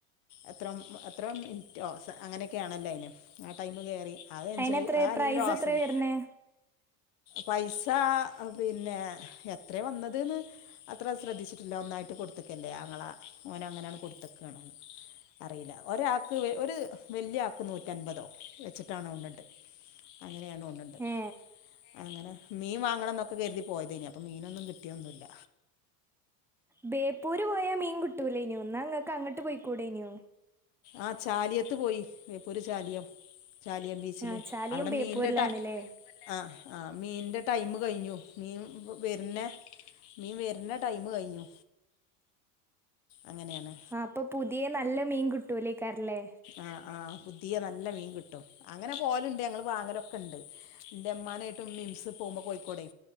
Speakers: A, on the left (about 60°); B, in the centre.
A: എത്രം എത്രോ മിൻറ്റോ അങ്ങെനെക്കെ ആണല്ലോ അയിന് ആ ടൈമ് കേറി. അത് എൻജ്ജേയ്
B: അയിനെത്ര
A: അഎല്ലം
B: പ്രൈസ്
A: ആസ്വതി
B: എത്ര വരുന്നേ
A: പൈസാ പിന്നെ. എത്ര വന്നത് ന്ന്. അത്ര ശ്രദ്ധിച്ചിട്ടില്ല ഒന്നായിട്ട് കൊടുത്ത്ക്കെല്ലെ ആങ്ങളാ ഓനങ്ങനാണ്ട് കൊട്ത്ത്ക്കാണ്. അറീല, ഒരാക്ക് ഒരു വല്യ ആക്ക് നൂറ്റൻപതോ വെച്ചിട്ടാണ് തോൺണ്ണ്ട്. അങ്ങനെയാ തോൺണ്ണ്ട്
B: ഏ
A: അങ്ങനെ മീൻ വാങ്ങെണ ന്നൊക്കെകെര്തി പോയതെയ്നി അപ്പം മീനൊന്നും കിട്ടിയൊന്നുല്ല.
B: ബേപ്പൂര് പോയാ മീൻ കിട്ടൂലേയ്നോ ന്നാ ഇങ്ങക്ക് അങ്ങെട്ട് പോയ്ക്കൂടെയ്ന്നേ.
A: ആ ചാലിയത്ത് പോയി, വേപ്പൂര് ചാലിയം, ചാലിയം, ബീച്ചില്,
B: ആ ചാലിയും
A: അവടെ
B: ബേപ്പൂരിലാണല്ലേ
A: മീന്റെ ട്ടാ. ആഹ് ആ മീന്റെ ടൈം കഴിഞ്ഞു. മീന് വര്നെ. മീൻ വര്ണ ടൈമ് കഴിഞ്ഞു അങ്ങനെണ്.
B: ആ പ്പ പുതിയേ നല്ല മീൻ കിട്ടൂലെയ്ക്കാര ല്ലെ.
A: ആഹ് ആ പുതിയ നല്ല മീൻ കിട്ടും അങ്ങനെ പേവല്ണ്ട് ഞങ്ങള് വാങ്ങലൊക്കെണ്ട്. ന്റെ മ്മാനെയ്ട്ട് മിംസ് പോകുമ്പോ കോഴിക്കോടെ.